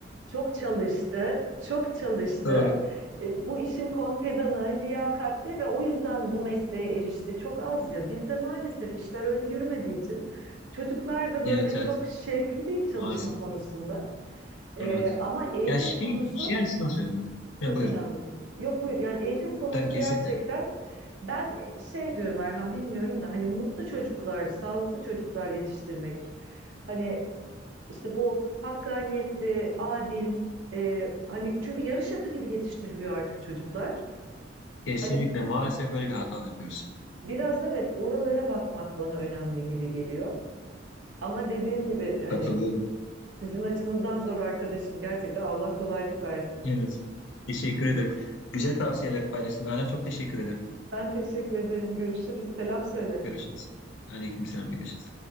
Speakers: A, on the right; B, on the left.
A: Çok çalıştı, çok çalıştı.
B: doğru.
A: E, Bu işin kompedanı, liyakatli ve o yüzden bu mesleğe erişti. Çok az ya. Bizde maalesef işler öyle yürümediği için çocuklar da böyle
B: Evet, evet.
A: çok şevkli değil çalışma
B: Maalesef.
A: konusunda. E,
B: Evet.
A: ama eğitim
B: Ya şey,
A: konusu
B: şey açısından söylüyorum. Ya
A: çok
B: buyur.
A: önemli. Yok buyur yani eğitim konusu
B: Tabii kesinlikle.
A: gerçekten ben e, şey diyorum Erhan bilmiyorum da hani mutlu çocuklar, sağlıklı çocuklar yetiştirmek. Hani işte bu hakkaniyetli, adil, e, hani çünkü yarış atı gibi yetiştiriliyor artık çocuklar.
B: Kesinlikle
A: Hani
B: maalesef böyle bir hata yapıyoruz.
A: biraz evet oralara bakmak bana önemli gibi geliyor. Ama dediğim gibi hani
B: Katılıyorum.
A: sizin açınızdan zor arkadaşım. Gerçekten Allah kolaylık versin.
B: Evet. Teşekkür ederim. Güzel tavsiyeler paylaştın. Nalan çok teşekkür ederim.
A: Ben teşekkür ederim. Görüşürüz. Selam söyle.
B: Görüşürüz. Aleykümselam. Görüşürüz.